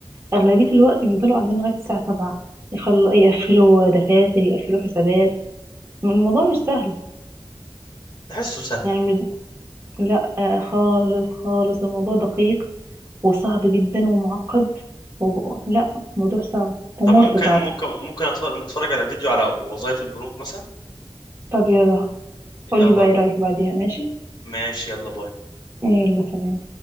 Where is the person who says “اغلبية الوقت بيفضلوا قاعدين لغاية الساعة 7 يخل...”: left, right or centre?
Right